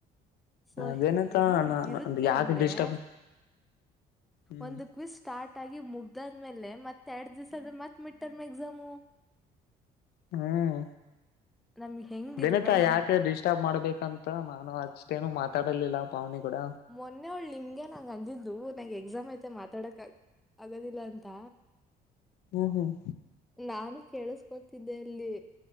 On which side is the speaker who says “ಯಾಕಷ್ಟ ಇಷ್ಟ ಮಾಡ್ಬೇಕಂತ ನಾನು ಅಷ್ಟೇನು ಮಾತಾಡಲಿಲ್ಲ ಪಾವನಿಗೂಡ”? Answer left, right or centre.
Left